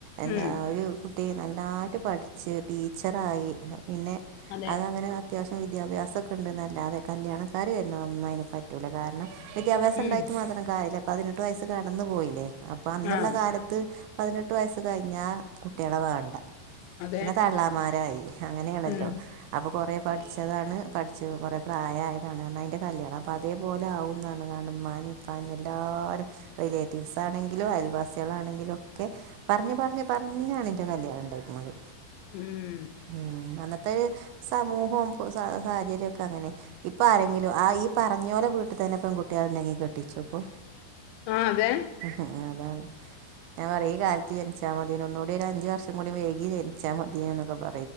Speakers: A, on the right; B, on the left.
A: എല്ലാവരു
B: ഉം
A: ഒരുകുട്ടി നന്നായിട്ട് പഠിച്ച് ടീച്ചറായി പിന്നെ
B: അതെ
A: അതങ്ങനെ അത്യാവശ്യം വിദ്യാഭ്യാസമൊക്കെ അത്യാവശ്യം വിദ്യാഭ്യാസംഉണ്ടെന്നല്ലാതെ കല്യാണക്കാർ വരുന്നതൊന്നും അതിന്ന് പറ്റൂില്ല കാരണം വിദ്യാഭ്യാസം
B: ഉം
A: ഉണ്ടായിട്ട് മാത്രം കാര്യല്ല, പതിനെട്ട് വയസ് കടന്നു പോയില്ലേ, അപ്പൊ അന്നുള്ള
B: ആഹ്
A: കാലത്ത് പതിനെട്ട് വയസ്സ് കഴിഞ്ഞാ കുട്ടികളെ വേണ്ട.
B: അതെ
A: പിന്നെ തള്ളാമാരായി അങ്ങനെയാണല്ലോ
B: ഉം
A: അപ്പൊ കൊറേ പഠിച്ചതാണ്, പഠിച്ചു കൊറെ പ്രായം ആയതാണ് അതിന്റെ കല്യാണം, അപ്പൊ അതേ അതുപോലെ ആകുന്നതാണ് കാരണം ഉമ്മാനോം ഉപ്പനേം എല്ലാവരും റിലേറ്റീവ്സ് ആണെങ്കിലും അയൽവാസികളാണെങ്കിലും ഒക്കെ പറഞ്ഞ് പറഞ്ഞു പറഞ്ഞാണ് എന്റെ കല്യാണം ഉണ്ടായിരിക്കുന്നത്
B: മം
A: മം അന്നത്തെ ഒരു സമൂഹോം സാഹചര്യഒക്കെ അങ്ങനെ ഇപ്പൊ ആരെങ്കിലും, ആ ഈ പറഞ്ഞോലെ വീട്ടിൽ തന്നെ പെൺകുട്ട്യള് ഇണ്ടെങ്കി കെട്ടിച്ചു ഇപ്പൊ
B: ആഹ് അതെ
A: ഉം അതാണ്. ഞാൻ പറയും ഈ കാലത്ത് ജനിച്ചാ മതിന ഒന്നുകൂടി ഒരു അഞ്ച് വർഷം കൂടി വൈകി ജനിച്ചാ മതിന എന്നക്കെ പറഞ്ഞു.